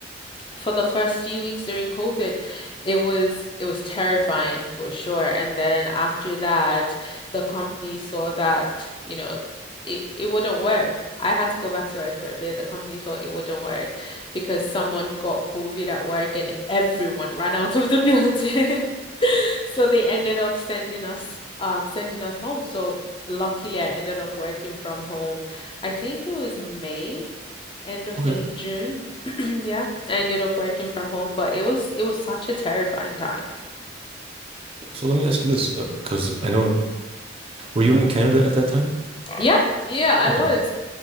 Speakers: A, on the left (about 25°); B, on the right (about 30°).
A: for the first few weeks during COVID, it was it was terrifying for sure. And then after that, the company saw that, you know, it, it wouldn't work. I had to go back to work for a bit. The company thought it wouldn't work because someone got COVID at work and everyone ran out of the building. <laughs> So they ended up sending us um sending us home. So luckily I ended up working from home. I think it was May, end of
B: Okay.
A: May, June. <clears throat> Yeah. I ended up working from home, but it was it was such a terrifying time.
B: So let me ask you this, because I know, were you in Canada at that time?
A: Yeah, yeah, I
B: Okay.
A: was.